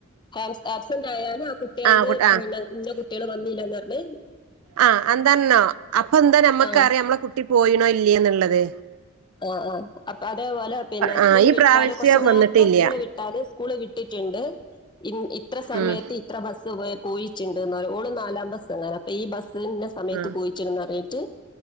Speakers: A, on the left; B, on the right.
A: ആ ആബ്സെറ്റ് ആയാലും ആഹ് കുട്ടികള്ത്
B: ആ കുട്ട
A: പിന്ന ഇന്ന കുട്ട്യാള് വന്നില്ലന്ന് പറ്ണ്
B: ആഹ് എന്താന്നോ അപ്പൊ എന്താ നമ്മക്കറിയാ
A: ആ
B: നമ്മളെ കുട്ടി പോയിണോ ഇല്ലെന്ന്ള്ളത്
A: ആഹ് ആഹ് അപ്പൊ അതേപോലെ പിന്നെ
B: ആ
A: സ്കൂള്
B: ഈ
A: വിട്ടാല്
B: പ്രാവശ്യം
A: കൊറച്ച് നേരത്ത
B: വന്നിട്ടില്ല
A: സ്കൂള് വിട്ടാല് സ്കൂള് വി വിട്ട്റ്റ്ണ്ട് ഇൻ ഇത്ര സമയത്തി
B: ഉം
A: എത്ര ബെസ്സ് പോ പോയി ഇണ്ട് എന്നാല് ഓള് നാലാം ബെസങ്ങാന ഈ ബെസ് ഇനെ സമയത്ത്
B: ആ
A: പോയിട്ട്ണ്ട് പറ്ഞ്ട്ട്